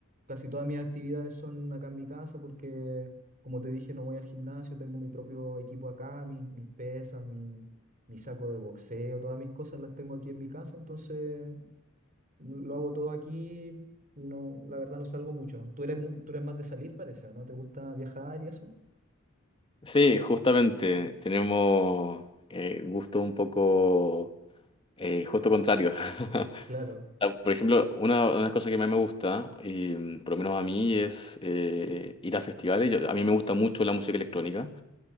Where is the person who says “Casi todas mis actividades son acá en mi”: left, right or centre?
Right